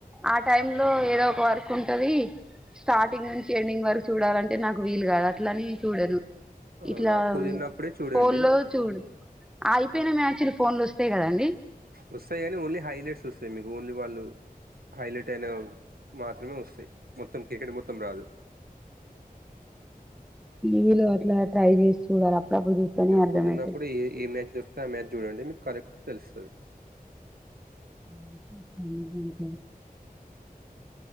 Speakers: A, in the centre; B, on the right.
A: ఆ టైంలో ఏదో ఒక వర్క్ ఉంటది స్టార్టింగ్ నుంచి ఎండింగ్ వరక్ అంటే నాకు వీలు కాదు అట్లని చూడను
B: అవునా
A: ఇట్లా
B: కుదిరినప్పుడే చూడండి
A: ఫోన్ లో చూడు అయిపోయిన మ్యాచులు ఫోన్ లో వస్తాయి కదండి.
B: వస్తాయి గానీ ఓన్లీ హైలైట్స్ వస్తాయి మీకు ఓన్లీ వాళ్ళు హైలైట్ అయినఉన్ మాత్రమే వస్తాయి. మొత్తం క్రికెట్ మొత్తం రాదు
A: ఈ లో అట్లా ట్రై చేసి చూడాలి అప్పుడప్పుడు చూస్తేనే
B: ఇప్పుడు
A: అర్థమైతది
B: కుదిరినప్పుడు ఏ ఏ మ్యాచ్ దొరికితే ఆ మ్యాచ్ చూడండి మీకు కరెక్ట్ తెలుస్తది.
A: అన్న <unintelligible>